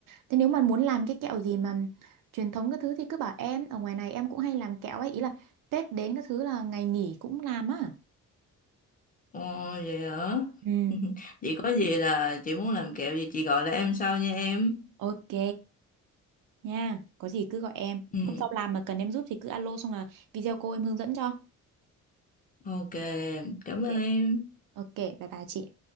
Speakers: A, on the right; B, on the left.
A: thế nếu mà muốn làm cái kẹo gì mà truyền thống các thứ thì cứ bảo em, ở ngoài này em cũng hay làm kẹo ấy, ý là Tết đến các thứ là ngày nghỉ cũng làm á.
B: Ồ, vậy hả?
A: Ừ,
B: <laughs> Chị có gì là chị muốn làm kẹo gì chị gọi lại em sau nha em.
A: ok nha. Có gì cứ gọi em.
B: Ừ,
A: Hôm sau làm mà cần em giúp thì cứ alo xong là video cô em hướng dẫn cho.
B: ok em. Cảm
A: Thế.
B: ơn em.
A: Ok, bye bye chị.